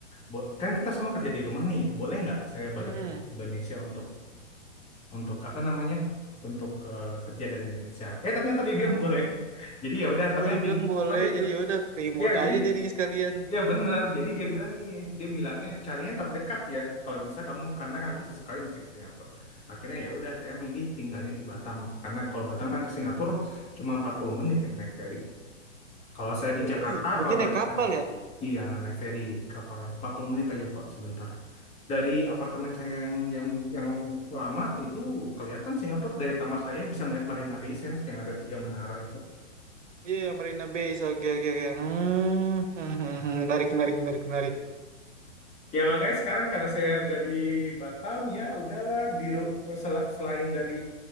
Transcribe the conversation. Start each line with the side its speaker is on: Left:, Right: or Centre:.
Left: "Bo, kan kita semua kerja di rumah nih, boleh nggak saya balik
Right: Hmm.
Left: aja ke Indonesia untuk untuk apa namanya untuk eh, kerja dari Indonesia?" Eh ternyata dia bilang boleh. <laughs> Jadi ya udah, tapi
Right: Oh,
Left: kan
Right: dibilang
Left: dia,
Right: boleh.
Left: cuman dia bilang,
Right: Jadi ya udah, remote
Left: ya jadi
Right: aja jadinya sekalian.
Left: Iya benar. Jadi dia bilang gini, dia bilangnya carinya terdekat ya. Kalau bisa kamu karena nanti sesekali masih ke Singapura. Akhirnya ya udah saya milih tinggalnya di Batam karena kalau Batam kan ke Singapura cuma 40 menit ya naik ferry. Kalau saya di
Right: Oh,
Left: Jakarta,
Right: oh, berarti
Left: kalau
Right: naik
Left: balik ke
Right: kapal
Left: Batam.
Right: ya?
Left: Iya, naik ferry kapalnya 40 menit aja kok sebentar. Dari apartemen saya yang yang yang lama itu kelihatan Singapura dari kamar saya bisa ngeliat Marina Bay Sands yang ada tiga menara itu.
Right: Iya, yang Marina Bay. so, Oke, oke, oke. Hmm, <laughs> hmm, hmm,
Left: Ah.
Right: hmm. menarik, menarik, menarik, menarik.
Left: Ya makanya sekarang karena saya ada di Batam ya udahlah di ru- sel- selain dari